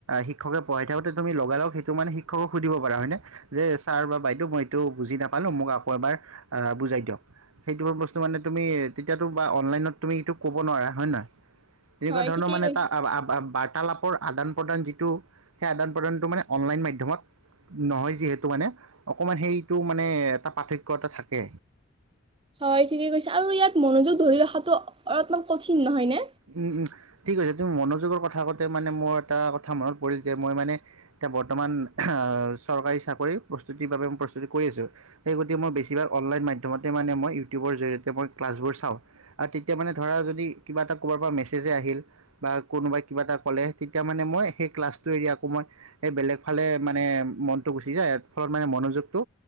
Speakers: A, on the right (about 80°); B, on the right (about 25°).
A: শিক্ষকে পঢ়াই থাকোতে তুমি লগা লগ সেইটো মানে শিক্ষকক সুধিব পাৰা হয়নে যে ছাৰ বা বাইদেউ মই এইটো বুজি নাপালো মোক আকৌ এবাৰ বুজাই দিয়ক সেইটোৰ বস এইটো মানে তুমি, তেতিয়াতো বা অনলাইনত তুমি এইটো ক'ব নোৱাৰা, হয় নে নহয়? তেনেকুৱা
B: হয়
A: ধৰণৰ
B: ঠিকেই
A: মানে
B: কৈছা
A: এটা বাৰ্তালাপৰ আদান প্ৰদান যিটো, সেই আদান প্ৰদানটো মানে অনলাইন মাধ্যমত নহয় যিহেতু মানে অকণমান সেইটো মানে এটা পাৰ্থক্য এটা থাকে।
B: হয় ঠিকে কৈছা আৰু ইয়াত মনোযোগ ধৰি ৰখাটো অলপমান কঠিন নহয় নে?
A: উম, উম, ঠিক আছে তুমি মনোযোগৰ কথা আতে মানে মোৰ এটা কথা মনত পৰিল যে মই মানে এতিয়া বৰ্তমান চৰকাৰী চাকৰিৰ প্ৰস্তুতিৰ বাবে মই প্ৰস্তুতি কৰি আছোঁ সেই গতিকে মই বেছিভাগ অনলাইন মাধ্যমতে মানে মই ইউটিউবৰ জৰিয়তে মই ক্লাছবোৰ চাওঁ আৰু তেতিয়া মানে ধৰা যদি কিবা এটা কবাৰ পৰা মেছেজে আহিল বা কোনোবাই কিবা এটা ক'লে তেতিয়া মানে মই সেই ক্লাছটো এৰি আকৌ মই সেই বেলেগ ফালে মানে মনটো গুচি যায় ফলত মানে মনোযোগটো